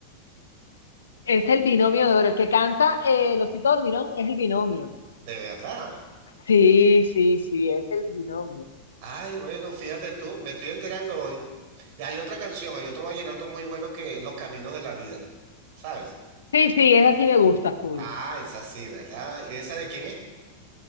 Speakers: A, on the left (about 70°); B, on the right (about 45°).
A: Es el binomio de oro. El que canta eh, el osito dormilón es el binomio.
B: de verdad.
A: Sí, sí, sí, es el binomio.
B: Ay, bueno, fíjate tú, me estoy enterando hoy. Y hay otra canción, hay otro vallenato muy bueno que Los Caminos de la Vida, ¿sabes?
A: Sí, sí, esa sí me gusta, full.
B: Ah, esa sí, ¿verdad? ¿Y esa de quién es?